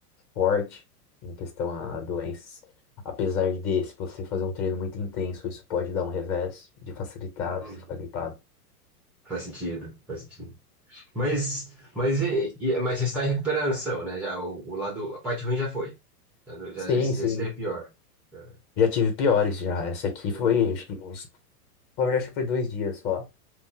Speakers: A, on the left; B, in the centre.
A: forte em questão a doenças. Apesar de, se você fazer um treino muito intenso, isso pode dar um revés de facilitar
B: Hum,
A: você ficar gripado.
B: Faz sentido, faz sentido. Mas, mas, e- e- mas você está em recuperação, né? Já, o, o lado, a parte ruim já foi. Já, já,
A: Sim,
B: já
A: sim.
B: esteve pior. É.
A: Já tive piores já. Essa aqui foi,
B: É,
A: acho que uns, na verdade, acho que foi dois dias só.